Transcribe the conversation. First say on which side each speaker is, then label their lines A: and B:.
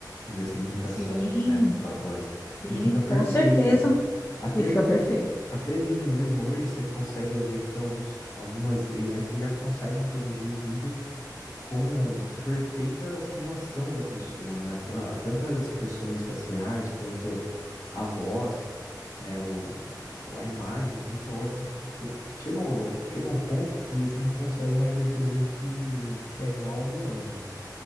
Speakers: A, on the left (about 50°); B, on the left (about 35°).
A: dizer assim, imitação,
B: Sim,
A: né, da voz.
B: sim,
A: E fica perfeito.
B: com certeza.
A: Até
B: E fica
A: vídeo,
B: perfeito.
A: até vídeo mesmo hoje você consegue ver que tem alguns, algumas AIs que já conseguem produzir o vídeo com perfeita simulação da pessoa, né? Tan- Tanto as expressões faciais quanto a voz, né? O, o- a imagem, assim, você olha, assim, você chega, um- chega a um ponto que você não consegue mais definir o que, o que que é real ou não é, né?